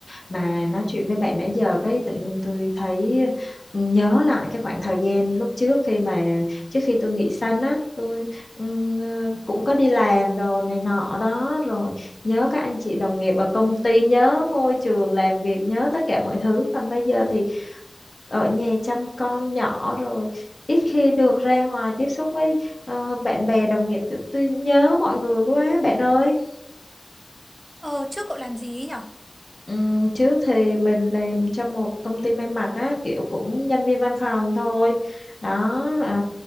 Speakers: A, on the left; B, on the right.
A: mà nói chuyện với bạn nãy giờ cái tự nhiên tôi thấy ừ, nhớ lại cái khoảng thời gian lúc trước khi mà trước khi tôi nghỉ sanh á, tôi ừm, cũng có đi làm rồi này nọ đó rồi nhớ các anh chị đồng nghiệp ở công ty, nhớ môi trường làm việc, nhớ tất cả mọi thứ. Còn bây giờ thì ở nhà chăm con nhỏ rồi ít khi được ra ngoài tiếp xúc với ờ, bạn bè đồng nghiệp. Tôi nhớ mọi người quá bạn ơi.
B: ờ trước cậu làm gì ấy nhở
A: Ừm, trước thì mình làm cho một công ty may mặc á kiểu cũng nhân viên văn phòng thôi đó ờ,